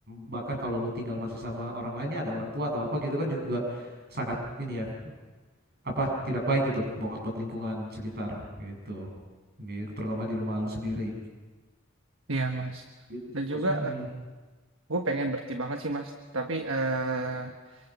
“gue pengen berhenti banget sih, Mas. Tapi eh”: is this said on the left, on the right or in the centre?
Right